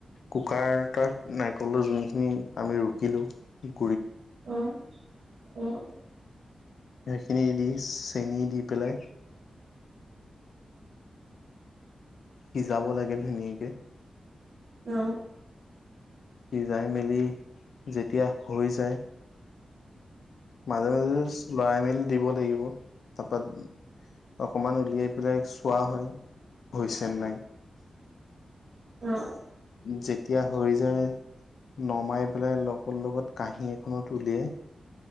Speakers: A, on the left; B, on the right.
A: কুকাৰ এটাত নাৰিকলৰ যোনখিনি আমি ৰুকিলো উ
B: অহ, অহ।
A: সেইখিনি দি চেনি দি পেলাই সিজাব লাগে ধুনীয়াকে।
B: অ।
A: সিজাই মেলি যেতিয়া হৈ যায় মাজে মাজে লৰাই মেলি দিব লাগিব তাৰপৰা অকমান উলিয়াই পেলাই চোৱা হয় হৈছে নাই
B: অ অ
A: যেতিয়া হৈ যায় নমাই পেলাই লগত লগত কাঁহী এখনত উলিয়াই